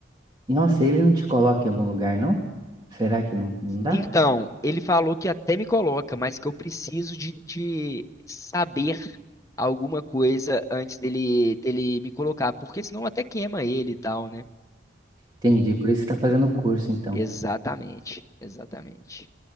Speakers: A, on the right; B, on the left.
A: E, Nossa, ele não te coloca em algum lugar, não? Será que não, não dá?
B: Então, ele falou que até me coloca, mas que eu preciso de, de saber alguma coisa antes dele, dele me colocar, porque senão até queima ele e tal, né?
A: Entendi, por isso você tá fazendo o curso então.
B: Exatamente, exatamente.